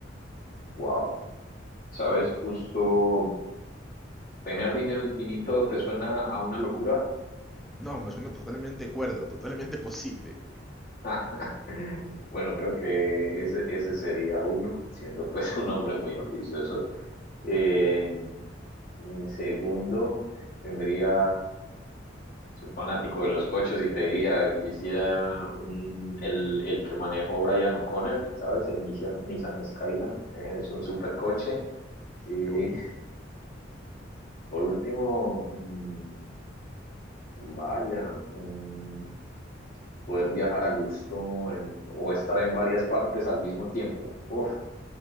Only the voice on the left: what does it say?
Wow. ¿Sabes? Justo tener dinero infinito te suena a una locura.
<laughs> Bueno, creo que ese, ese sería uno, siendo pues <laughs> un hombre muy ambicioso. Eh, mi segundo tendría Soy fanático de los coches y te diría, quisiera un, el, el que manejó Brian O'Connor, ¿sabes? El Nissan, Nissan Skyline. Es un supercoche. Y
por último, mm, vaya, mm, poder viajar a gusto en- o estar en varias partes al mismo tiempo. Uf,